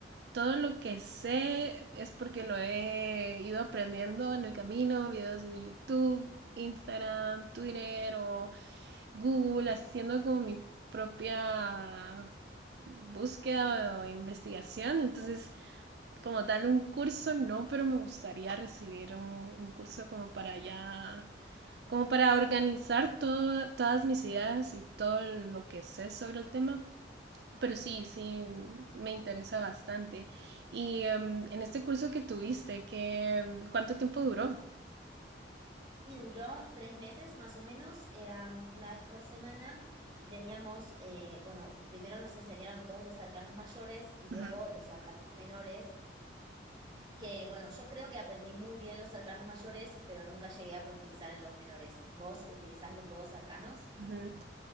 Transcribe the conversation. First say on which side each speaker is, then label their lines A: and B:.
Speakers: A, on the right (about 60°); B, on the right (about 25°).
A: Todo lo que sé es porque lo he ido aprendiendo en el camino, videos de YouTube, Instagram, Twitter o Google, haciendo como mi propia búsqueda o investigación. Entonces como tal un curso, no, pero me gustaría recibir un, un curso como para ya, como para organizar todo, todas mis ideas y todo lo que sé sobre el tema. Pero sí, sí, me interesa bastante. Y em, en este curso que tuviste, ¿qué, ¿cuánto tiempo duró?
B: Y duró tres meses más o menos, era mm, una vez por semana y teníamos, eh, bueno, primero nos enseñaron todos los arcanos mayores y luego
A: Ujú.
B: los arcanos menores, que bueno, yo creo que aprendí muy bien los arcanos mayores, pero nunca llegué a profundizar en los menores. ¿Vos utilizás los dos arcanos?
A: Ujú.